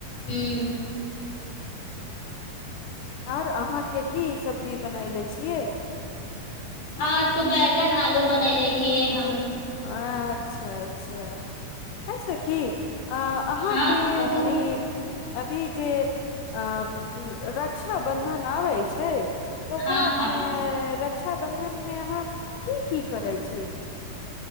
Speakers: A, on the left; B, on the left.
A: हूँ
B: आर अहाँके की सब्जी बनयनेे छियै
A: अज तऽ बैगन आलू बनले छियै हम
B: अच्छा अच्छा खइस की अ अहाँके
A: हँ कहू
B: ई अभी जे अ रक्षा बंधन आबै छै तऽ ओकरामे
A: हँ हँ
B: रक्षाबन्धनमे अहाँ की की करै छी